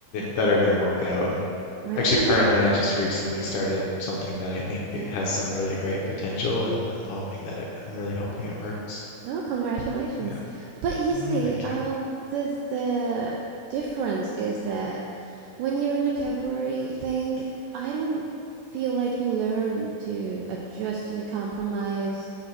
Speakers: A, on the left; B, on the right.
A: that are going to work out. And
B: Right.
A: actually,
B: But
A: currently,
B: you
A: I just recently started something that I think
B: okay.
A: it has some really great potential, and I'm hoping that it, I'm really hoping
B: Okay.
A: it works.
B: Oh, congratulations.
A: Yeah.
B: But you see,
A: Mm, thank
B: um,
A: you.
B: the the difference is that when you're in a temporary thing, I don't feel like you learn to adjust and compromise,